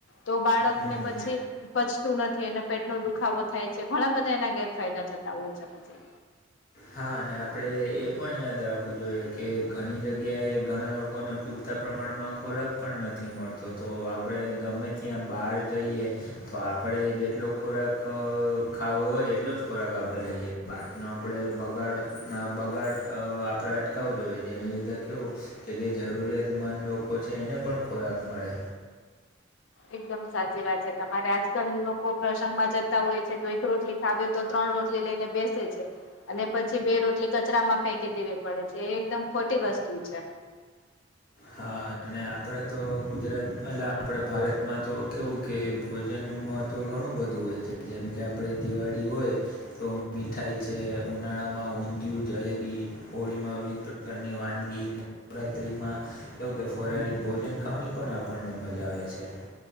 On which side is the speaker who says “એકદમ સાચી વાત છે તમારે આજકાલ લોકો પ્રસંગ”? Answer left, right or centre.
Left